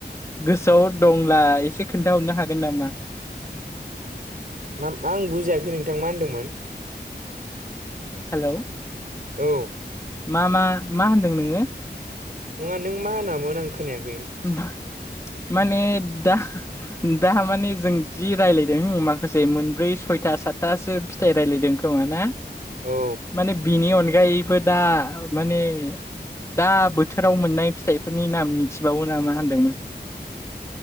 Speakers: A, on the left; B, on the right.
A: गोसोआव दंब्ला एसे खोनथाहरनो हागोन नामा
B: मा मा आं बुजियाखै नोंथां मा होनदोंमोन
A: हेलौ
B: औ
A: मा मा मा होनदों नोंङो
B: नङा नों मा होनामोन आं खोनाया
A: माने दा दा माने जों जि रायलयदों माखासे मोनब्रै सयथा सातथासो फिथाइ रायलायदों खोमा ना
B: औ
A: माने बिनि अने गायैबो दा माने दा बोथोराव मोननाय फिथाइफोरनि नाम मि थिबावो ना मा होनदोंमोन